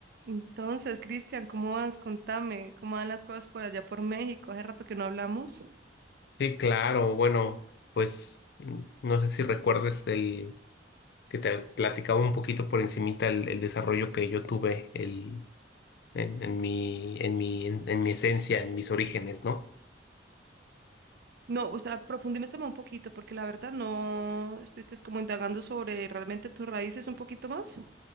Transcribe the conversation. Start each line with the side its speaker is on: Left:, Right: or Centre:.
Right: Entonces, Cristian, ¿cómo vas? Contame, ¿cómo van las cosas por allá por México? Hace rato que no hablamos.
Left: Sí, claro. Bueno, pues mm, no sé si recuerdes el que te platicaba un poquito por encimita el, el desarrollo que yo tuve el, en, en mi, en mi, en, en mi esencia, en mis orígenes, ¿no?
Right: No, o sea, profundízame un poquito, porque la verdad no estuviste como indagando sobre realmente tus raíces un poquito más.